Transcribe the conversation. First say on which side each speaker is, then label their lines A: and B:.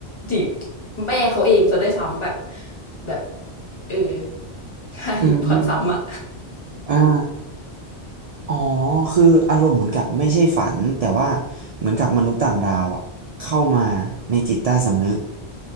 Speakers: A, on the left; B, on the right.
A: จีบแม่เขาเองซะด้วยซ้ำแบบแบบเออ ใช่
B: อืม
A: <laughs> พล็อตซ้ำอ่ะ
B: อ่า อ๋อคืออารมณ์เหมือนกับไม่ใช่ฝันแต่ว่าเหมือนกับมนุษย์ต่างดาวอะเข้ามาในจิตใต้สำนึก